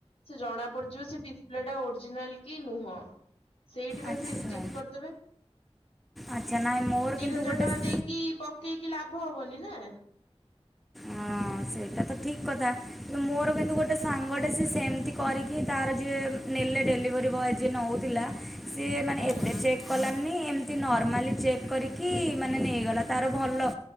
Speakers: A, on the left (about 65°); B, in the centre.
A: ସେ ଜଣା ପଡିଯିବ ସେ ଡିସପ୍ଲେ ଟା ଓରିଜିନାଲ୍ କି ନୁହଁ। ସେଇଠି ବା
B: ଆଚ୍ଛା
A: ସେ ରିଜେକ୍ଟ କରିଦେବେ
B: ଆଚ୍ଛା ନାଇଁ ମୋର
A: ଦି
B: କିନ୍ତୁ
A: ହଜାର
B: ଗୋଟେ
A: ଟଙ୍କା ଦେଇକି କି ପକେଇକି ଲାଭ ହବନି ନା।
B: ହଁ। ହଁ ସେଇଟା ତ ଠିକ୍ କଥା କିନ୍ତୁ ମୋର କିନ୍ତୁ ଗୋଟଏ ସାଙ୍ଗଟେ ସିଏ ସେମିତି କରିକି ତାର ଯିଏ ନେଲେ ଡେଲିଭରି ବୟ ଯିଏ ନେଉଥିଲା ସିଏ ମାନେ
A: ହୁଁ
B: ଏତେ
A: ହୁଁ
B: ଚେକ୍ କଲାନି ଏମିତି ନର୍ମାଲି ଚେକ୍ କରିକି ମାନେ ନେଇଗଲା ତାର ଭଲ